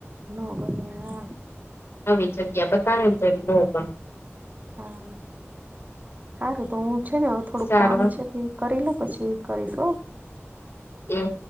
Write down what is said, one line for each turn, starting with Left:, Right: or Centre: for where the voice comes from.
Right: નો ગમે હા
Left: નવી જગ્યા બતાવે ને તો એને બહુ ગમે
Right: હા સારું તો હું છે ને હવે થોડુંક
Left: સારું
Right: કામ છે. કરિલે પછી કરીશ હો.
Left: એ